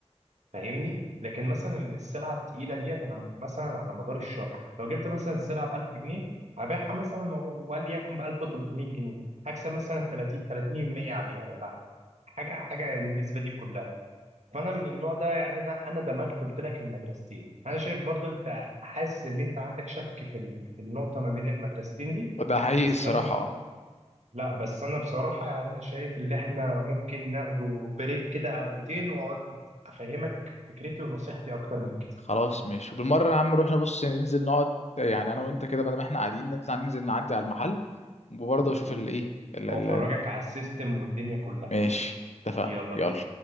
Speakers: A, on the right (about 75°); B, on the left (about 70°).
A: فاهمني لكن مثلا السلعه التقيله ديت انا مثلا على مدار الشهر لو جبت مثلا السلعه ب 1000 جنيه هبيعها مثلا وليكن ب 1300 جنيه هكسب مثلا 30 30% عليها ولا حاجه حاجه النسبه دي كلها فانا من النوع ده يعني انا انا دمجت قلت لك المدرستين انا شايف برضو انت حاسس ان انت عندك شك في ال- في النقطه ما بين المدرستين دي
B: ده حقيقي
A: بس
B: الصراحه
A: انا
B: اه
A: لا بس انا بصراحه يعني انا شايف ان احنا ممكن ناخده بريك كده قهوتين واقعد افهمك فكرتي ونصيحتي اكتر من كده
B: خلاص ماشي وبالمره يا عم نروح نبص ننزل نقعد يعني انا وانت كده بدل ما احنا قاعدين نطلع ننزل نعدي على المحل وبرضه
A: و-
B: اشوف الايه
A: و-
B: ال- ال-
A: وافرجك
B: ال-
A: على السيستم والدنيا كلها
B: ماشي اتفقنا
A: يلا
B: يلا
A: بينا